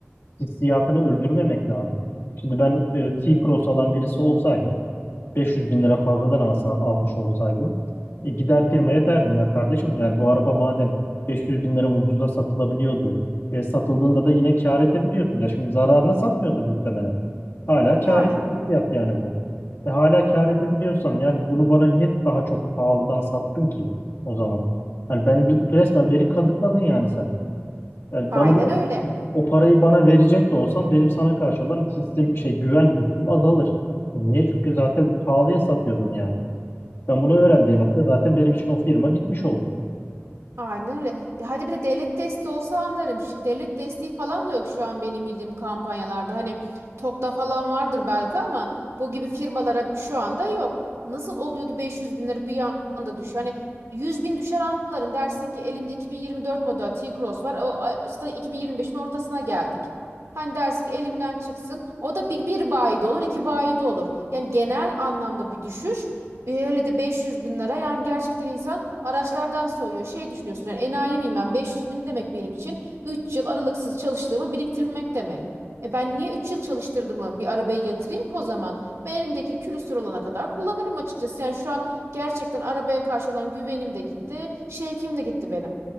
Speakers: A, on the left; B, on the right.
A: hissiyatını öldürmemek lazım. Şimdi ben e, T-Cross alan birisi olsaydım 500 bin lira fazladan alsa, almış olsaydım e, gider firmaya derdim ya kardeşim yani bu araba madem 500 bin lira ucuza satılabiliyordu e, satıldığında da yine kâr edebiliyorsun ya şimdi zararına satmıyordur muhtemelen hala kâr
B: Yani
A: ettiği fiyat yani bu e, hala kâr edebiliyorsan yani bunu bana niye daha çok pahalıdan sattın ki o zaman yani ben resmen beni kazıkladın yani sen yani
B: aynen
A: bana
B: öyle.
A: o parayı bana verecek de olsam benim sana karşı olan hissim şey güven hissim azalır. E Niye? Çünkü zaten pahalıya satıyordun yani. Ben bunu öğrendiğim anda zaten benim için o firma bitmiş olur.
B: Aynen öyle. Ya hadi bir de devlet desteği olsa anlarım. Şi- Devlet desteği falan da yok şu an benim bildiğim kampanyalarda. Hani TOKİ'da falan vardır belki ama bu gibi firmalara şu anda yok. Nasıl oluyordu 500 bin lira bir anda düşüyor? Hani 100 bin düşer anlarım. Dersin ki elinde 2024 model T-Cross var. O, a- zaten 2025'in ortasına geldik. Hani dersin ki elimden çıksın. O da bir, bir bayide olur, iki bayide olur. Yani genel anlamda bir düşüş. E, Hele de 500 bin lira yani gerçekten insan araçlardan soğuyor. Şey düşünüyorsun yani enayi miyim ben 500 bin demek benim için üç yıl aralıksız çalıştığımı biriktirmek demek. E ben niye 3 yıl çalıştırdığımı bir arabaya yatırayım ki o zaman? Ben elimdeki külüstür olana kadar kullanırım açıkçası. Yani şu an gerçekten arabaya karşı olan güvenim de gitti, şevkim de gitti benim.